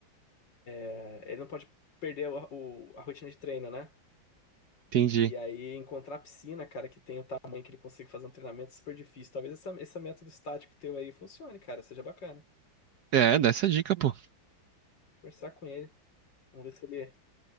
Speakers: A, on the left; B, on the right.
A: é, ele não pode perder o, o- a rotina de treino, né?
B: entendi.
A: E aí encontrar a piscina, cara, que tem o tamanho que ele consiga fazer um treinamento é super difícil. Talvez essa, esse método estático teu aí funcione, cara, seja bacana.
B: É, dá essa dica, pô.
A: Conversar com ele, vamos ver se ele